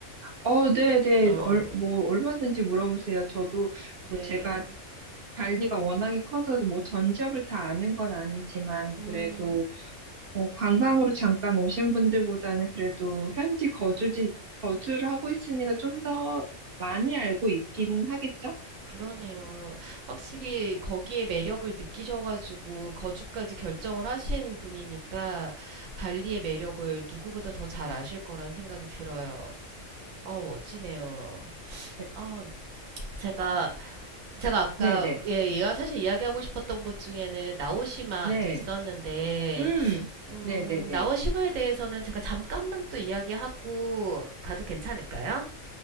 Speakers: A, on the right; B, on the right.
A: 어, 네, 네.
B: 어,
A: 얼, 뭐 얼마든지 물어보세요. 저도
B: 네.
A: 뭐 제가 발리가 워낙에 커서 뭐 전 지역을 다 아는 건 아니지만
B: 음,
A: 그래도 어, 관광으로 잠깐 오신 분들보다는 그래도 현지 거주지, 거주를 하고 있으니까 좀 더 많이 알고 있긴 하겠죠?
B: 그러네요. 확실히 거기에 매력을 느끼셔가지고 거주까지 결정을 하신 분이니까 발리의 매력을 누구보다 더 잘 아실 거란 생각이 들어요. 어, 멋지네요.
A: 네,
B: 아, 제가 제가 아까
A: 네네.
B: 예, 얘와 사실 이야기하고 싶었던 곳 중에는 나오시마도
A: 네.
B: 있었는데
A: 음,
B: 음,
A: 네네네.
B: 나오시마에 대해서는 제가 잠깐만 또 이야기하고 가도 괜찮을까요?